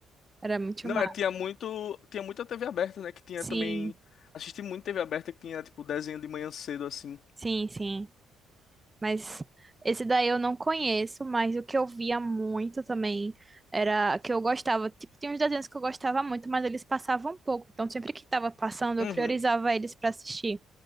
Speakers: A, on the right; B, on the left.
A: Era muito
B: Não,
A: massa.
B: é, tinha muito, tinha muita TV aberta, né? Que tinha
A: Sim,
B: também. Assisti muito TV aberta que tinha, tipo, desenho de manhã cedo, assim.
A: sim, sim. Mas esse daí eu não conheço, mas o que eu via muito também era que eu gostava. Tipo, tinha uns desenhos que eu gostava muito, mas eles passavam pouco. Então, sempre que tava passando, eu
B: Uhum.
A: priorizava eles pra assistir.